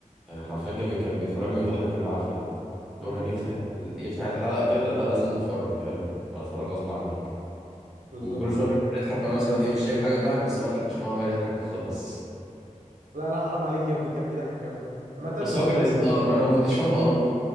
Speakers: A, in the centre; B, on the right.
A: يعني حرفيا كان كان بيفرجني وضحكني بالعافية اللي
B: امم
A: هو كان يفتح يفتح الحلقة كده لا لازم نتفرج حلو هتتفرج غصب عنك
B: بالظبط
A: وكل شوية بيضحك وأنا مثلا إيه مش شايف حاجة تضحك بس بضحك عشان هو عمال يضحك وخلاص
B: لا لا حرام عليك يا ابني كان بيضحك قوي
A: <laughs>
B: عامه
A: بس هو كان لذيذ اه ما أنا ما كنتش فاهمه قوي